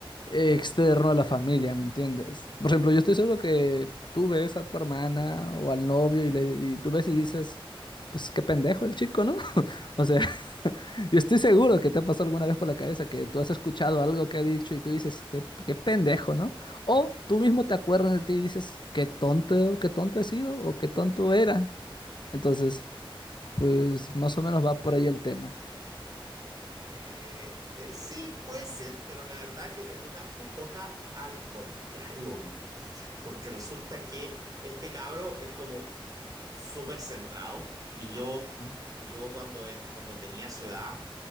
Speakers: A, on the left; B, on the right.
A: externo a la familia, ¿me entiendes? Por ejemplo, yo estoy seguro que tú ves a tu hermana o al novio y, le, y tú ves y dices, pues qué pendejo el chico, ¿no? <laughs> O sea, <laughs> yo estoy seguro que te ha pasado alguna vez por la cabeza que tú has escuchado algo que ha dicho y tú dices, qué, qué pendejo, ¿no? O tú mismo te acuerdas de ti y dices, qué tonto, qué tonto he sido o qué tonto era. Entonces... Pues más o menos va por ahí el tema.
B: Eh, eh, sí, puede ser, pero la verdad que me toca, me toca al contrario. Porque resulta que este cabro es como súper centrado y yo,
A: Ujú.
B: y yo cuando, he- cuando tenía su edad,